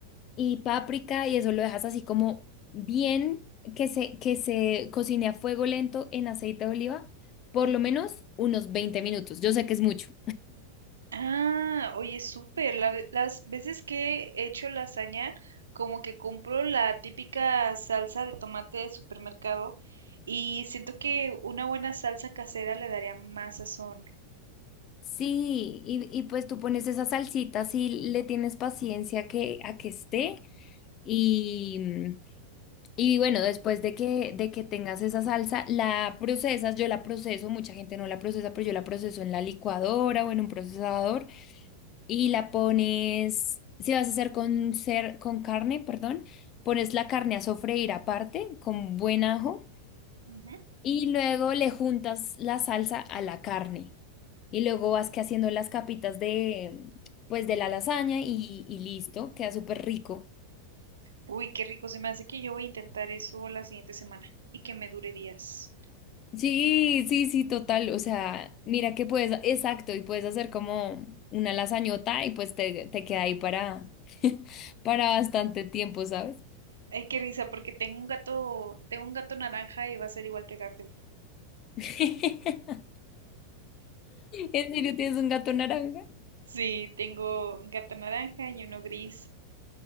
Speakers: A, on the left; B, on the right.
A: y páprica y eso lo dejas así como bien que se, que se cocine a fuego lento en aceite de oliva, por lo menos unos 20 minutos. Yo sé que es mucho.
B: Ah, oye, súper. La ve- las veces que he hecho lasaña, como que compro la típica salsa de tomate de supermercado y siento que una buena salsa casera le daría más sazón.
A: Sí, y, y pues tú pones esa salsita si le tienes paciencia que, a que esté y, mm, y bueno, después de que, de que tengas esa salsa, la procesas, yo la proceso, mucha gente no la procesa, pero yo la proceso en la licuadora o en un procesador y la pones, si vas a hacer con, cer- con carne, perdón, pones la carne a sofreír aparte con buen ajo
B: Ujú.
A: y luego le juntas la salsa a la carne. Y luego vas que haciendo las capitas de, pues de la lasaña y, y listo, queda súper rico.
B: Uy, qué rico. Se me hace que yo voy a intentar eso la siguiente semana y que me dure días.
A: Sí, sí, sí, total. O sea, mira que puedes, exacto, y puedes hacer como una lasañota y pues te, te queda ahí para, <laughs> para bastante tiempo, ¿sabes?
B: Ay, qué risa, porque tengo un gato, tengo un gato naranja y va a ser igual que Garfield.
A: <laughs> ¿En serio tienes un gato naranja?
B: Sí, tengo un gato naranja y uno gris.